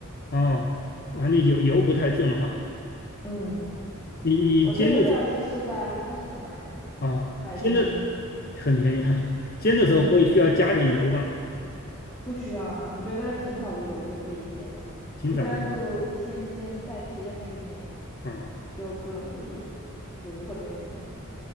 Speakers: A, on the left; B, on the left.
A: 哦，反正油油不太重哈。
B: 嗯，
A: 你你煎的时
B: 我这个料汁是在 Costco 买的，
A: 候啊煎的
B: 它已经
A: 很便宜哈，煎的时候会需要加点油吧？
B: 嗯。不需要啊，我觉得挺少的油就可以煎了，
A: 挺少的啊
B: 一般就先煎带皮的那一面，
A: 啊。哦
B: 就不容易糊或者粘。